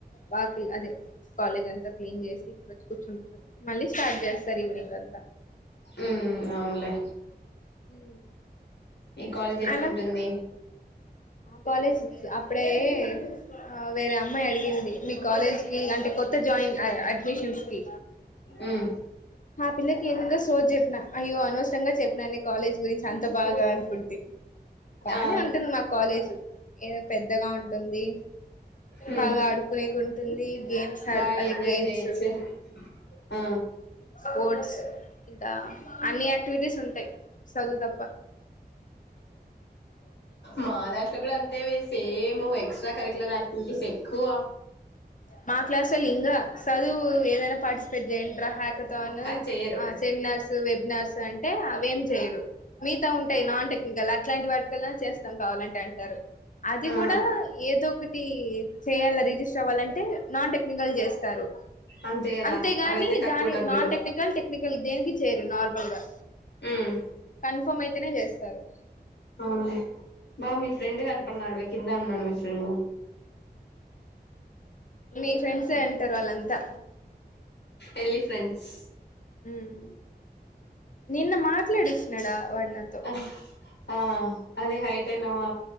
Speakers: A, on the left; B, on the left.
A: వాకీల్ అదే కాలేజ్ అ త క్లీన్ చేసి ఇప్పుడ వచ్చి కూర్చుంటారు మళ్ళీ స్టార్ట్ చేస్తారు ఈవినింగ్ అంతా
B: ఉమ్ అవునులే
A: ఉ
B: ఈ కాలేజ్ ఎట్లుంటుంది
A: అనం కాలజ్స్ అప్పుడే హ వేరే అమ్మాయి అడిగింది మీ కాలేజ్ కి అంటే కొత్త జాయిన్ అడ్మి మిషన్స్కి
B: ఉమ్
A: ఆ పిల్లకి ఏందేందో సోద్ జెప్పిన అయ్యో అనవసరంగా చెప్పినే కాలేజ్ గురించి అంత బాగా అనుకుంటి బానే
B: ఆ
A: ఉంటుంది మా కాలేజు ఏదో పెద్దగా ఉంటుంది
B: ఉమ్
A: బాగా ఆడుకునేకుంటుంది గేమ్స్ ఆడు
B: బాగా
A: అదే
B: ఎంజాయ్
A: గేమ్స్
B: చేయొచ్చు ఆ
A: స్పోర్ట్స్ ఇంకా అన్ని యాక్టివిటీస్ ఉంటాయి సదువు తప్ప
B: మా దాంట్లో కూడా అంతేవె సేమ్ ఎక్స్ట్రా కరికులర్ యాక్టివిటీస్ ఎక్కువ
A: మా క్లాసోలింగ సదువు ఏదైనా పార్టసిపేట్ జయాండ్రా హక తోను
B: అది చెయ్యరు
A: ఆ సెమినార్స్ వెబినార్స్ అంటే అవేం చేయరు మీగత ఉంటాయి నాన్ టెక్నికల్ అట్లాంటి వాటికల్లా చేస్తాం కావాలంటే అంటారు అది
B: ఆ
A: కూడా ఏదో ఒకటి చేయాలా రిజిస్టర్ అవ్వాలంటే నాన్ టెక్నికల్ చేస్తారు
B: అంతే కదా
A: అంతేగాని
B: అవైతే తక్కువ
A: దాని
B: డబ్బులు
A: నాన్ టెక్నికల్ టెక్నిక దేనికి చేయరు నార్మల్ గా
B: ఉమ్
A: కన్ఫర్మ్ అయితేనే చేస్తారు
B: అవున్లే బా మీ ఫ్రెండ్ కనపడ్న్నాడువె కింద ఉన్నాడు మీ ఫ్రెండ్
A: మీ ఫ్రెండ్సే అంటారు వాళ్ళంతా
B: ఎల్లి ఫ్రెండ్స్
A: ఉమ్ నిన్న మాట్లాడిచ్చినాడా వాడు నాతో
B: ఆ ఆ అదే హైటైనావా